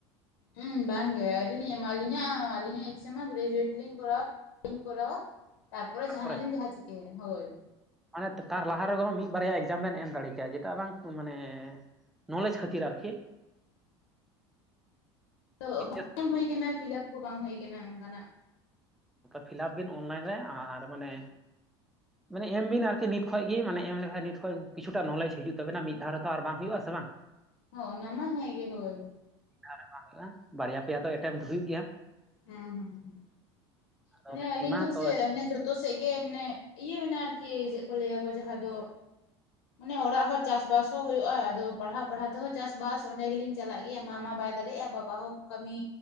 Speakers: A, on the left; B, in the centre.
A: ᱦᱩᱸ ᱵᱟᱝ ᱜᱮ ᱟᱹᱣᱨᱤ ᱞᱤᱧ ᱮᱢᱟ ᱟᱞᱤᱧ ᱟᱜ ᱟᱹᱞᱤᱧ ᱟᱜ ᱮᱠᱡᱟᱢ ᱢᱟ <unintelligible> ᱞᱤᱧ ᱠᱚᱨᱟᱣᱟ ᱤᱧ ᱠᱚᱨᱟᱣᱟ
B: ᱛᱟᱨᱯᱚᱨᱮ
A: ᱡᱟᱦᱟᱱᱟᱜ ᱞᱤᱧ ᱡᱟᱦᱟᱸ ᱪᱤᱠᱟᱹᱭᱟ ᱦᱳᱭ
B: ᱢᱟᱱᱮ ᱛᱟᱨ ᱞᱟᱦᱟ ᱨᱮ ᱢᱤᱫ ᱵᱟᱨᱭᱟ ᱮᱡᱟᱢ ᱵᱮᱱ ᱮᱢ ᱫᱟᱲᱮ ᱠᱮᱭᱟ ᱡᱮᱴᱟᱜ ᱵᱟᱝ ᱢᱟᱱᱮ ᱱᱚᱞᱮᱡ ᱠᱷᱟᱹᱛᱤᱨ ᱟᱨᱠᱤ <inaudible>
A: ᱛᱚ
B: ᱮᱭᱤᱪ
A: ᱵᱟᱝ ᱮᱢ ᱦᱩᱭ ᱟᱠᱟᱱᱟ ᱯᱷᱤᱞᱟᱯ ᱠᱚ ᱵᱟᱝ ᱦᱩᱭ ᱠᱟᱱᱟ ᱚᱱᱠᱟᱱᱟᱜ
B: ᱯᱷᱤᱞᱟᱯ ᱵᱤᱱ ᱚᱱᱞᱟᱭᱤᱱ ᱨᱮ ᱟᱨ ᱢᱟᱱᱮ ᱢᱟᱱᱮ ᱮᱢ ᱵᱤᱱ ᱟᱨᱠᱤ ᱱᱤᱛ ᱠᱷᱚᱡ ᱜᱮ ᱢᱟᱱᱮ ᱮᱢ ᱞᱮᱠᱷᱟᱱ ᱠᱤᱪᱷᱩᱴᱟ ᱱᱚᱞᱮᱡ ᱦᱤᱡᱩᱜ ᱛᱟᱵᱤᱱᱟ ᱢᱤᱫ ᱫᱷᱟᱣ ᱨᱮᱛᱚ ᱟᱨ ᱵᱟᱝ ᱦᱩᱭᱩᱜ ᱟᱥᱮ ᱵᱟᱝ
A: ᱦᱚᱸ ᱚᱱᱟ ᱢᱟ ᱦᱮᱸ ᱜᱮ ᱦᱳᱭ
B: <inaudible> ᱵᱟᱝ ᱦᱩᱭᱩᱜᱼᱟ ᱵᱟᱨᱭᱟ ᱯᱮᱭᱟ ᱫᱚ ᱮᱴᱮᱢᱯᱴ ᱦᱩᱭᱩᱜ ᱜᱮᱭᱟ
A: ᱦᱮᱸ ᱦᱮᱸ ᱦᱮᱸ
B: ᱟᱫᱚ
A: ᱢᱚᱱᱮ
B: ᱵᱮᱱ
A: ᱟᱞᱤᱧ
B: ᱮᱢᱟ
A: ᱫᱚ
B: ᱛᱚ
A: ᱪᱮ ᱡᱚᱛᱚ ᱥᱮ ᱜᱮ ᱢᱟᱱᱮ ᱤᱭᱟᱹ ᱢᱮᱱᱟ ᱪᱮᱫ ᱠᱚ ᱞᱟᱹᱭᱟᱠᱚ ᱡᱟᱦᱟᱸ ᱫᱚ ᱢᱟᱱᱮ ᱚᱲᱟᱜ ᱦᱚᱸ ᱪᱟᱥᱵᱟᱥ ᱦᱚᱸ ᱦᱩᱭᱩᱜᱼᱟ ᱟᱫᱚ ᱯᱟᱲᱦᱟᱣ ᱯᱟᱲᱦᱟᱣ ᱛᱮᱦᱚᱸ ᱪᱟᱥᱵᱟᱥ ᱚᱸᱰᱮ ᱜᱮᱞᱤᱧ ᱪᱟᱞᱟᱜ ᱜᱮᱭᱟ ᱢᱟ ᱢᱟ ᱵᱟᱭ ᱵᱟᱭ ᱫᱟᱲᱮᱭᱟᱜᱼᱟ ᱵᱟᱵᱟ ᱦᱚᱸ ᱠᱟᱹᱢᱤ